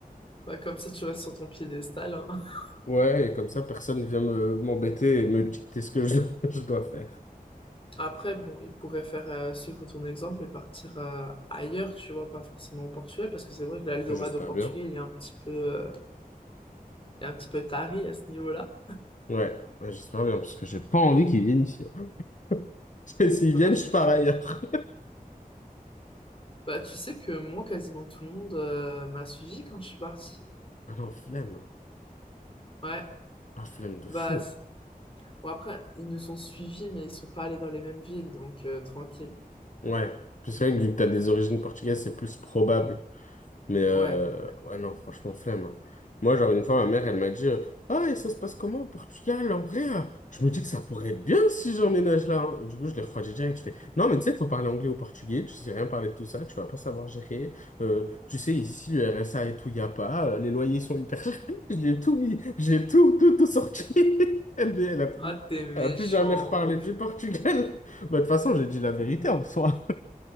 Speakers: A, on the left; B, on the left.
A: Bah, comme ça, tu restes sur ton piédestal, hein. <laughs>
B: Ouais, et comme ça, personne ne vient me m'embêter et me dicter ce que je, <laughs> je dois faire.
A: Après, bon, il pourrait faire euh, suivre ton exemple et partir euh, ailleurs, tu vois, pas forcément au Portugal, parce que c'est vrai que l'Eldorado
B: J'espère
A: au Portugal,
B: bien.
A: il est un petit peu euh, est un petit peu taré à ce niveau-là.
B: Ouais, ouais, j'espère bien, parce que j'ai pas envie qu'ils viennent ici. <laughs> Et S'ils
A: Ah
B: viennent,
A: bah, je
B: je
A: comprends.
B: pars ailleurs.
A: Bah, tu sais que moi, quasiment tout le monde euh, m'a suivi quand je suis partie.
B: Ah non, flemme.
A: Ouais,
B: Ah, flemme de
A: bah,
B: fou.
A: c- bon, après, ils nous ont suivis, mais ils sont pas allés dans les mêmes villes, donc euh, tranquille.
B: Ouais. Puis c'est vrai que vu que t'as des origines portugaises, c'est plus probable. Mais euh,
A: Ouais.
B: ouais, non, franchement, flemme. hein. Moi, genre, une fois, ma mère, elle m'a dit, euh, Ah, et ça se passe comment au Portugal, en vrai? euh, Je me dis que ça pourrait être bien si j'emménage là. hein. Du coup, je l'ai refroidi direct. Je fais, Non, mais tu sais, il faut parler anglais ou portugais. Tu sais rien parler de tout ça. Tu vas pas savoir gérer. Euh, tu sais, ici, le RSA et tout, il y a pas. euh, les loyers sont hyper chers. <laughs> J'ai tout mis. J'ai tout, tout, tout sorti. <laughs> Elle, mais elle a plus,
A: Ah, t'es méchant.
B: elle a plus jamais reparlé
A: En plus-
B: du Portugal. <laughs> Bah, de toute façon, j'ai dit la vérité en soi.